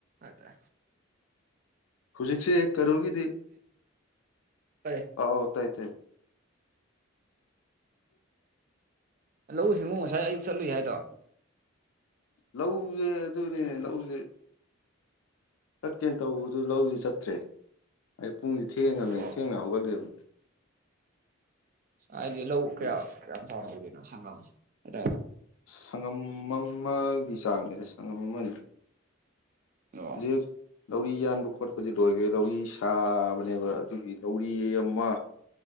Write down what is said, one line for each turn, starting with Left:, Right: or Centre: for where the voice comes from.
Right: ꯑ ꯇ
Left: ꯍꯧꯖꯤꯛꯁꯦ ꯀꯔꯣꯒꯤꯗꯤ
Right: ꯀꯔꯤ
Left: ꯑꯥꯎ ꯇꯥꯏ ꯇꯥꯏ ꯎ
Right: ꯂꯧ ꯁꯤꯡꯨ ꯉꯁꯥꯏ ꯑꯌꯨꯛ ꯆꯠꯂꯨꯏ ꯍꯥꯏꯗꯣ
Left: ꯂꯧꯁꯦ ꯑꯗꯨꯅꯦꯅꯦ ꯂꯧꯁꯦ ꯆꯠꯀꯦꯅ ꯇꯧꯕꯗꯨ ꯂꯧꯁꯤ ꯆꯠꯇ꯭ꯔꯦ ꯑꯩ ꯄꯨꯡꯁ ꯊꯦꯡꯉꯕꯅꯤ
Right: ꯑꯣ
Left: ꯊꯦꯡꯅ ꯍꯧꯒꯠꯂꯦꯕ
Right: ꯍꯥꯏꯗꯤ ꯂꯧ ꯀꯌꯥ
Left: ꯑꯗꯨꯅ
Right: ꯀꯌꯥꯝ ꯆꯥꯎꯅ ꯎꯔꯤꯅꯣ ꯁꯪꯒꯝ ꯍꯥꯏꯇꯥꯣ
Left: ꯁꯪꯉꯝ ꯑꯃꯒꯤ ꯆꯥꯡꯅꯦꯗ ꯁꯪꯉꯝ ꯑꯃꯅꯤ
Right: ꯑꯣ
Left: ꯔꯠ ꯂꯧꯔꯤ ꯌꯥꯟꯕ ꯈꯣꯠꯄꯗꯤ ꯂꯣꯏꯈ꯭ꯔꯦ ꯂꯧꯔꯤ ꯁꯥꯕꯅꯦꯕ ꯑꯗꯨꯒꯤ ꯂꯧꯔꯤ ꯑꯃ